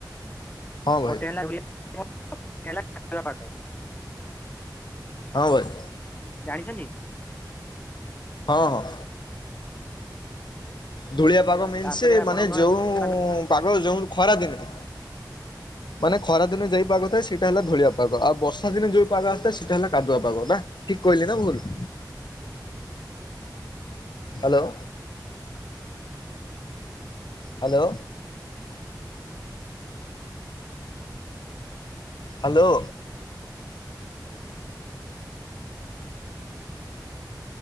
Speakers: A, on the left (about 80°); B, on the left (about 20°).
A: ହଁ ଭାଇ
B: ଗୋଟେ ହେଲା <inaudible> <unintelligible>
A: ହଁ ଭାଇ।
B: ଜାଣିଛନ୍ତି?
A: ହଁ ହଁ। ଧୂଳିଆ ପାଗ ମିନ୍ସ
B: ତାପରେ ଆପଣଙ୍କର
A: ମାନେ ଯୋଉଁ ପାଗ ଯୋଉଁ ଖରା ଦିନେ। ମାନେ ଖରା ଦିନ ଯେଇ ପାଗ ଥାଏ ସେଇଟା ହେଲା ଧୂଳିଆ ପାଗ ଆଉ ବର୍ଷା ଦିନେ ଯୋଉ ପାଗ ଆସିଥାଏ ସେଇଟା ହେଲା କାଦୁଆ ପାଗ ନା। ଠିକ୍ କହିଲି ନା ଭୁଲ? Hello. Hello hello.